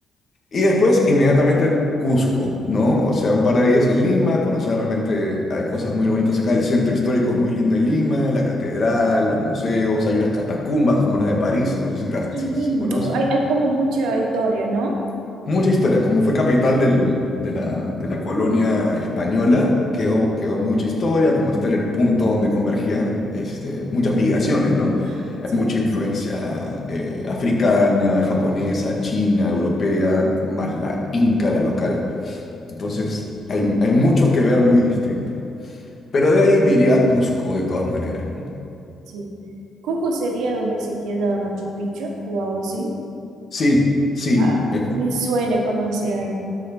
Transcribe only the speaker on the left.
Y después, inmediatamente, Cusco, ¿no? O sea, un par de días en Lima, conocer de repente, hay cosas muy bonitas acá, el centro histórico es muy lindo en Lima, la catedral, los museos, hay unas catacumbas como las de París, no sé si, las,
si,
si conoces.
Mucha historia, como fue capital del- de la, de la colonia española, quedó, quedó mucha historia, como este era el punto donde convergían este, muchas migraciones, ¿no?
Hay
mucha influencia eh, africana, japonesa, china, europea, más la inca, la local. Entonces, hay, hay mucho que ver muy distinto. Pero de ahí me iría a Cusco de todas maneras, ¿no?
Sí, sí,
eh,